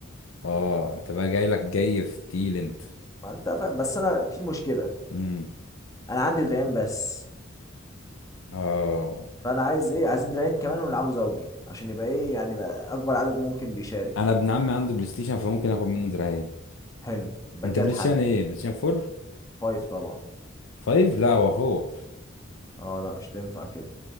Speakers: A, on the left; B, on the left.
A: اه انت بقى جاي لك جاي في تيل انت
B: ما انت فاهم بس انا في مشكله
A: امم
B: انا عندي دراعين بس
A: اه
B: فانا عايز ايه عايزين دراعين كمان ونلعبه زوجي عشان يبقى ايه يعني بقى اكبر عدد ممكن بيشارك
A: انا ابن عمي عنده بلاي ستيشن فممكن اخد منه دراعين
B: حلو يبقى
A: انت
B: كده
A: بلاي
B: اتحل
A: ستيشن ايه بلاي ستيشن 4
B: فايف طبعا
A: 5 لا هو 4
B: اه لا مش تنفع كده